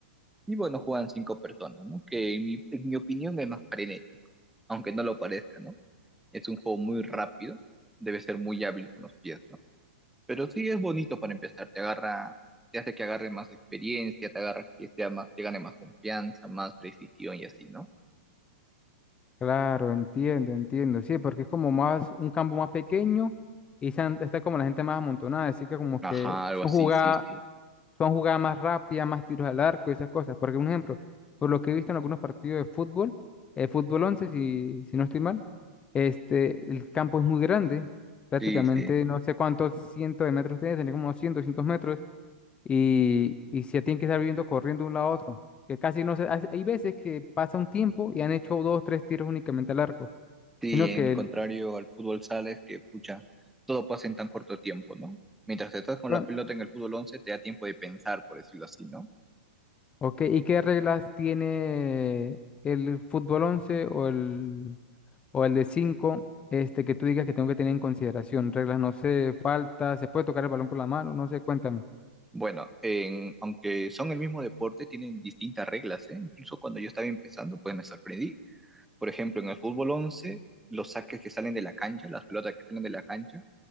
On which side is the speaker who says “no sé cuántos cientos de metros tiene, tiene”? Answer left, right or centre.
Left